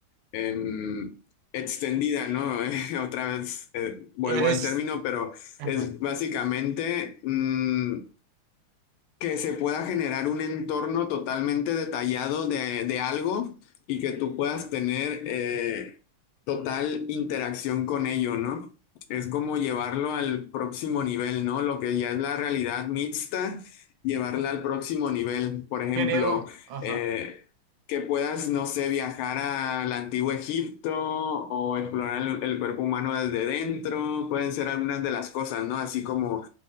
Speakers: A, on the left (about 85°); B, on the right (about 80°).
A: em, extendida, ¿no? <laughs> Otra vez eh, vuelvo
B: Eres,
A: al término, pero
B: ajá,
A: es básicamente mm, que se pueda generar un entorno totalmente detallado de, de algo y que tú puedas tener eh, total interacción con ello, ¿no? Es como llevarlo al próximo nivel, ¿no? Lo que ya es la realidad mixta, llevarla al próximo nivel. Por ejemplo,
B: creo, ajá.
A: eh, que puedas, no sé, viajar al antiguo Egipto o explorar el, el cuerpo humano desde dentro, pueden ser algunas de las cosas, ¿no? Así como